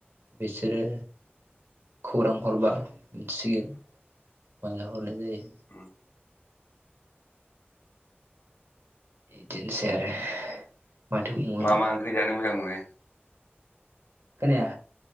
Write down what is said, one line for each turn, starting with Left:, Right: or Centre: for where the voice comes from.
Right: बिसोरो खौरां हरबा मिथिगोन माला हरनाय जायो।
Left: उम
Right: बिदिनोसै आरो माथो बुंबावनो।
Left: मा मा ओंख्रि जानो मोजां मोनो
Right: खोनाया?